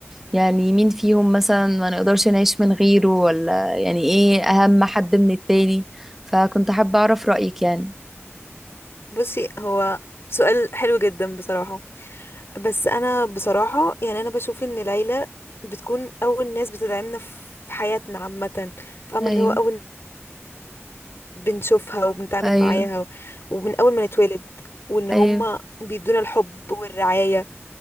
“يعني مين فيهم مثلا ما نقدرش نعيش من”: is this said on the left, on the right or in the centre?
Centre